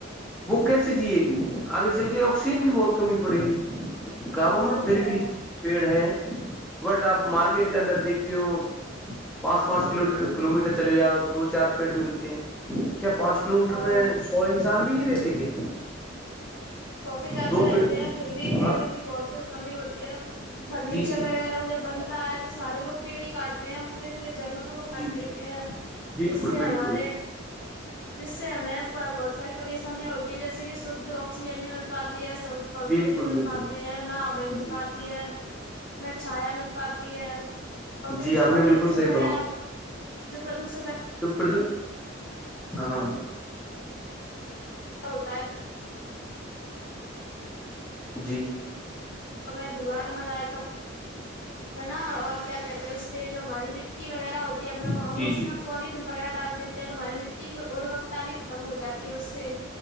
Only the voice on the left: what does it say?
ہاں
وہ
تو
ہے
ہاں
سو سے زیادہ
رہتے
ہیں پھر بھی پیڑ
کی بہت کمی ہوتی ہے فرنیچر
وغیرہ جب بنتا ہے تو سارے لوگ پیڑھی کاٹتے ہیں پورے پورے جنگل کو کاٹ
لیتے ہیں
جس سے ہمارے
جس سے ہمیں بہت ساری پریشانیاں ہوتی ہیں جیسے کہ شھ آکسیجن نہیں مل پاتی ہے سب پھل
فروٹ ہی مل
پاتے ہیں نہ آول مل
پاتی ہے نہ چھایا مل پاتی اور پھر
جو
پردوشن
وغیرہ جو پردوشن
ہوتا ہے
میں د مٹیا تھا ہے نا اور کیا کہتے ہیں اس سے جو ہماری مٹی وغیرہ ہوتی ہے ہم
ہم اس
میں پولیتھین وغیرہ ڈال دیتے ہیں تو ہماری مٹی کی اروکتا بھی ختم ہو جاتی ہے اس سے